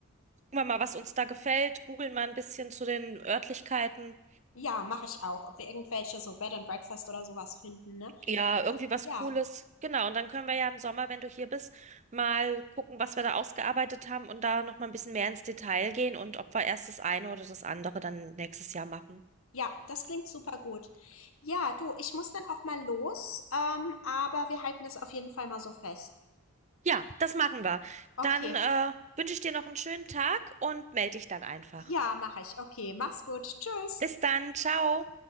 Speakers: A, on the right (about 30°); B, on the left (about 70°).
A: wir mal, was uns da gefällt. Googeln mal ein bisschen zu den Örtlichkeiten.
B: Ja, mache ich auch. Ob wir irgendwelche so Bed and Breakfast oder sowas finden, ne?
A: Ja, irgendwie was
B: Ja.
A: Cooles. Genau. Und dann können wir ja im Sommer, wenn du hier bist, mal gucken, was wir da ausgearbeitet haben und da noch mal ein bisschen mehr ins Detail gehen und ob wir erst das eine oder das andere dann nächstes Jahr machen.
B: Ja, das klingt super gut. Ja, du, ich muss dann auch mal los, ähm, aber wir halten das auf jeden Fall mal so fest.
A: Ja, das machen wir.
B: Okay.
A: Dann, äh, wünsche ich dir noch einen schönen Tag und melde dich dann einfach.
B: Ja, mache ich. Okay, mach's gut. Tschüss.
A: Bis dann. Ciao.